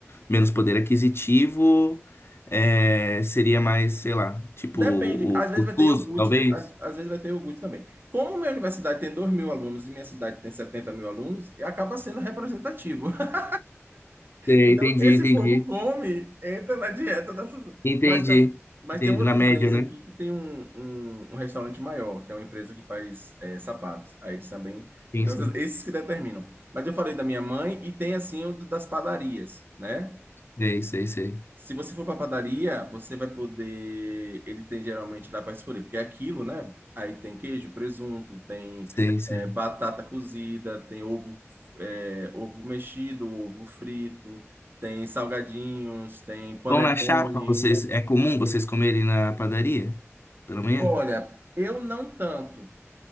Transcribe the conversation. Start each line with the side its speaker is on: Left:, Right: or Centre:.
Left: Menos poder aquisitivo, é, seria mais, sei lá, tipo
Right: Depende,
Left: o
Right: às
Left: o
Right: vezes vai
Left: cuscuz,
Right: ter iogurte,
Left: talvez?
Right: às, às vezes vai ter iogurte também. Como minha universidade tem dois mil alunos e minha cidade tem setenta mil alunos, e acaba sendo representativo. <laughs>
Left: Sei,
Right: Então,
Left: Entendi,
Right: o que esse
Left: entendi.
Right: povo come entra na dieta dessas.
Left: Entendi.
Right: Mas, tá- mas
Left: Entendi.
Right: tem outra
Left: Na média,
Right: empresa
Left: né?
Right: aqui que tem um, um, um restaurante maior, que é uma empresa que faz eh, sapatos. Aí eles também.
Left: Sim,
Right: Então,
Left: sim.
Right: essas- esses que determinam. Mas eu falei da minha mãe e tem assim o do- das padarias, né?
Left: Sei, sei, sei.
Right: Se você for para padaria, você vai poder. Ele tem geralmente dá para escolher, porque é aquilo, né? Aí tem queijo, presunto, tem
Left: Sei, sei.
Right: é, batata cozida, tem ovo, é, ovo mexido, ovo frito, tem salgadinhos, tem panetone.
Left: Pão na chapa, vocês, é comum vocês comerem na padaria? Pela manhã?
Right: Olha, eu não tanto.